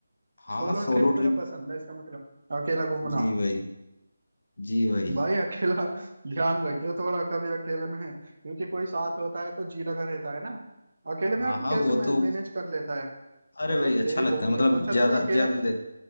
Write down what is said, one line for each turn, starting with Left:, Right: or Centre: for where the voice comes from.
Left: हाँ
Right: सोलो
Left: सोलो
Right: ट्रिप तुझे
Left: ट्रिप
Right: पसंद है इसका मतलब अकेला घूमना
Left: जी भाई जी भाई
Right: भाई अकेला <laughs> ध्यान रखियो थोड़ा कभी अकेले में क्योंकि कोई साथ होता है तो जी लगा रहता है ना अकेले में
Left: हाँ
Right: यार तू
Left: हाँ
Right: कैसे
Left: वो तो
Right: मैनेज कर लेता है
Left: अरे
Right: मतलब
Left: भाई अच्छा
Right: तेरी
Left: लगता
Right: हॉबी
Left: है मतलब
Right: है अच्छा
Left: ज्यादा
Right: तुझे अकेला
Left: ज्यादा